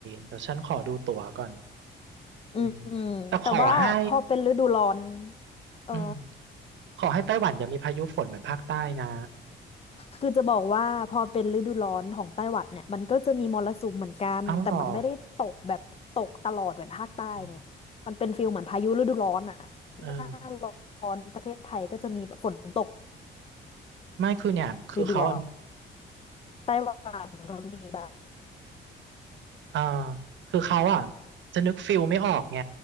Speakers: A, on the right; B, on the left.
A: เดี๋ยวฉันขอดูตั๋วก่อน
B: อืมอืมแต่ว่าพอเป็นฤดูร้อน
A: อืมแต่ขอให้
B: เออ
A: อืม ขอให้ไต้หวันอย่ามีพายุฝนเหมือนภาคใต้นะ
B: คือจะบอกว่าพอเป็นฤดูร้อนของไต้หวันเนี่ยมันก็จะมีมรสุมเหมือนกันแต่มันไม่ได้ตกแบบตกตลอดเหมือนภาคใต้ไง
A: เอ้าเหรออืม
B: มันเป็นฟิลเหมือนพายุฤดูร้อนอ่ะหน้าร้อนประเทศไทยก็จะมีแบบฝนตก
A: เออไม่คือเนี่ยคือเขาอ่ะ
B: ฤดูร้อนไต้หวันก็มีแบบ
A: เออคือเขาอ่ะจะนึกฟิลไม่ออกไง